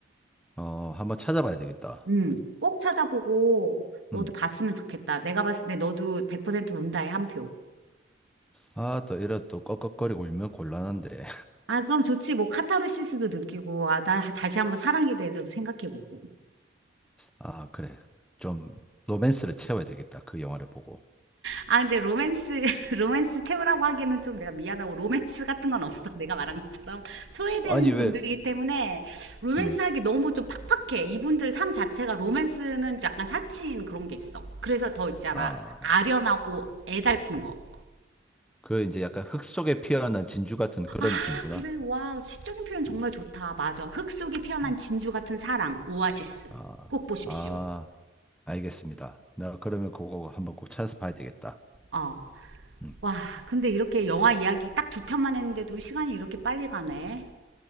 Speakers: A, in the centre; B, on the right.
A: 어, 한번 찾아봐야 되겠다.
B: 음, 꼭 찾아보고 너도
A: 음.
B: 봤으면 좋겠다. 내가 봤을 때 너도 100% 운다에 한 표.
A: 아, 또 이래 또 꺽꺽거리고 울면 곤란한데. <laughs>
B: 아, 그럼 좋지. 뭐 카타르시스도 느끼고, 아, 나 다시 한번 사랑에 대해서도 생각해보고.
A: 아, 그래. 좀 로맨스를 채워야 되겠다. 그 영화를 보고.
B: 아 근데 로맨스 <laughs> 로맨스 최고라고 하기에는 좀 내가 미안하고 로맨스 같은 건 없어 <laughs> 내가 말한 것처럼 소외된
A: 아니,
B: 분들이기
A: 왜,
B: 때문에 로맨스
A: 음,
B: 하기 너무 좀 팍팍해 이분들 삶 자체가 로맨스는 약간 사치인 그런 게 있어 그래서 더 있잖아
A: 아,
B: 아련하고 애달픈 거
A: 그 이제 약간 흙 속에 피어난 진주 같은 그런
B: 아
A: 느낌이구나.
B: 그래 와 시적인 표현 정말
A: 음,
B: 좋다 맞아 흙 속에 피어난
A: 음.
B: 진주 같은 사랑 오아시스
A: 아,
B: 꼭 보십시오
A: 아, 알겠습니다. 나 그러면 그거 한번 꼭 찾아서 봐야 되겠다.
B: 어
A: 음.
B: 와 근데 이렇게 영화 이야기 딱 두 편만 했는데도 시간이 이렇게 빨리 가네